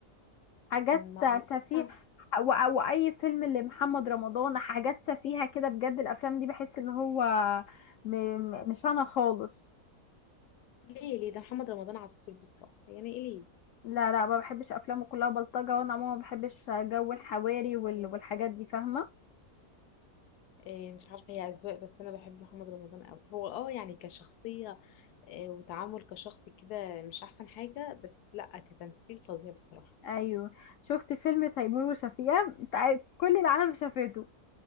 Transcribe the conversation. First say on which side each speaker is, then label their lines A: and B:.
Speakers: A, on the left (about 65°); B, on the left (about 85°).
A: حاجات
B: ما ما
A: سفيه
B: ما-
A: و- واي فيلم لمحمد رمضان حاجات سفيهه كده بجد الافلام دي بحس ان هو م- م- مش انا خالص
B: ليه ليه ده محمد رمضان عسول بصراحه يعني ايه ليه
A: لا لا ما بحبش افلامه كلها بلطجه وانا عموما ما بحبش جو الحواري وال... والحاجات دي فاهمه
B: آه، مش عارفه هي اذواق بس انا بحب محمد رمضان قوي هو اه يعني كشخصيه آه، وتعامل كشخص كده مش احسن حاجه بس لا كتمثيل فظيع بصراحه
A: ايوه شفت فيلم تيمور وشفيقة تع- كل العالم شافته